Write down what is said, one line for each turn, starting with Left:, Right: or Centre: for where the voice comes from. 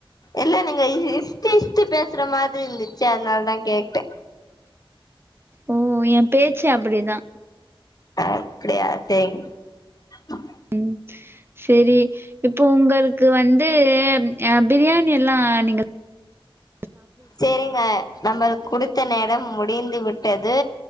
Left: என்ன நீங்க இ இஷ்டு இஷ்டு பேசுற மாத்ரி இந்துச்சு அத்னால் தா கேட்டே
Right: ஓ எ பேச்சு அப்படிதா
Left: அ அப்படியா செ <unintelligible>
Right: ம் செரி இப்போ உங்களுக்கு வந்து அ பிரியாணி எல்லா நீங்க ஆ
Left: செரிங்க நம்பல் குடுத் த நேரம் முடிந்துவிட்டது